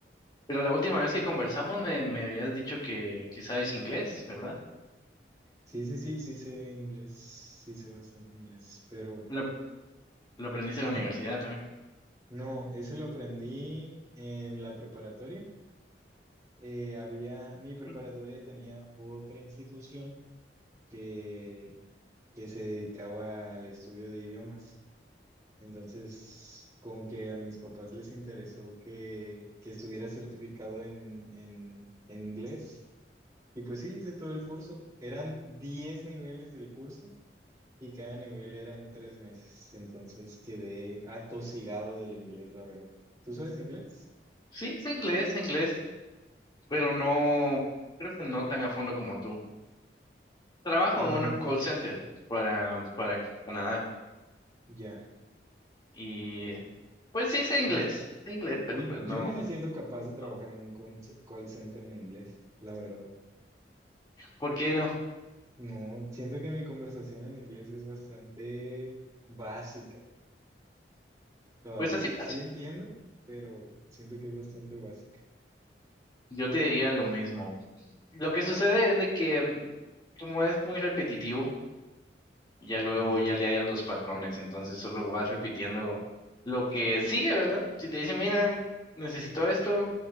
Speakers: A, on the left; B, on the right.
A: pero la última vez que conversamos me, me habías dicho que, que sabes inglés, ¿verdad?
B: Sí, sí, sí, sí sé inglés, sí sé bastante inglés, pero,
A: Lo, lo aprendiste
B: ajá,
A: en la universidad también.
B: no, ese lo aprendí en la preparatoria. Eh, había, mi preparatoria
A: Mm.
B: tenía otra institución que, que se dedicaba al estudio de idiomas. Entonces, como que a mis papás les interesó que, que estuviera certificado en, en, en inglés. Y pues sí, hice todo el curso. Eran 10 niveles del curso y cada nivel eran tres meses. Entonces quedé atosigado del inglés, la verdad. ¿Tú sabes inglés?
A: Sí, sé inglés, sé inglés, pero no, creo que no tan a fondo como tú. Trabajo
B: Mm,
A: en un call center para, para Canadá
B: ya.
A: y eh, pues sí sé inglés,
B: Uy,
A: sé inglés, pero
B: uy,
A: pues no,
B: yo no me siento capaz de trabajar
A: no.
B: en un con- call center en inglés, la verdad.
A: ¿Por qué no?
B: No, siento que mi conversación en inglés es bastante básica. Todavía,
A: Pues así pasa.
B: sí entiendo, pero siento que es bastante básica.
A: Yo te diría lo mismo. Lo que sucede es de que mm, como es muy repetitivo, ya luego
B: Mm.
A: ya le hallas los patrones, entonces solo vas repitiendo lo que sigue, ¿verdad? Si te dicen, mira, necesito esto,